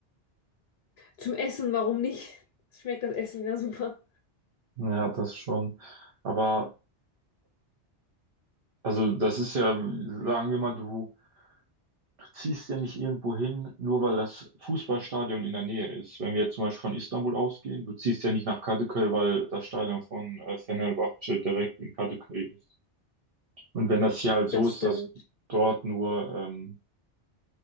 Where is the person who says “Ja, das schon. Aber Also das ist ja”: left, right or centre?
Right